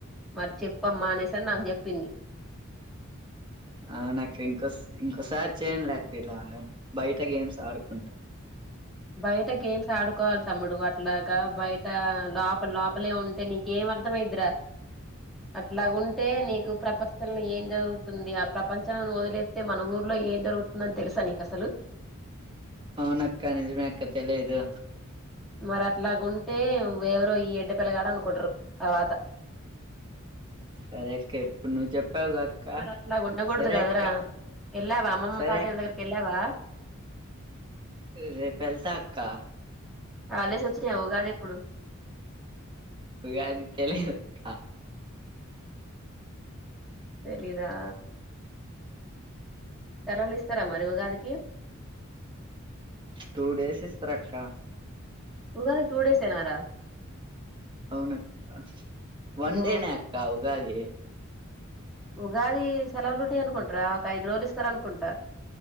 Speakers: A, in the centre; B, on the right.
A: మరి చెప్పమ్మా అనేసని నాకు చెప్పింది
B: అవు నాకు ఇంకో ఇంకోసారి చేయలేక ఇలా బయట ఇంత గేమ్స్ ఆడుకుంటా
A: బయట గేమ్స్ ఆడుకోవాలి తమ్ముడు అట్లాగా బయట లోప లోపలే ఉంటే నీక ఏం అర్ధమైదురా అట్లా ఉంటే నీకు ప్రపంచంలో ఏం జరుగుతుంది ఆ ప్రపంచం వదిలేస్తతే మన ఊర్లో ఏం జరుగుతుందని తెలుసా నీకు అసలు
B: అవున అక్క నిజమే అక్క తెలియదు
A: మరి అట్లాగా ఉంటే ఎవరో ఈ ఎడ్డ పిల్గాడ అనుకుంటరు తర్వాత
B: సరే అక్క ఇప్పుడు నువ్వు చెప్పావుగా అక్క
A: మరి అట్లా ఉండకూడదు
B: సరే
A: కదరా
B: అక్క
A: వెళ్ళావా అమ్మమ్మ
B: సరే
A: తాతేయ్య దగ్గరికి వెళ్ళావా
B: రేప వెళ్త అక్క
A: హాలిడేస్ వచ్చినయ ఉగాది ఎప్పుడు
B: ఉగాది తెలియదు అక్క
A: తెలీదా సెలవులు ఇస్తారా మరి ఉగాదికి
B: టూ డేస్ ఇస్తారక్క
A: ఉగానే టూ డేస్ ఎనారా
B: అవునక్క వన్
A: ఓ
B: డేనే అక్క ఉగాది
A: ఉగాది సెలవులు ఉంటాయి అనుకుంటార ఒక ఐదు రోజులు ఇస్తార అనుకుంటా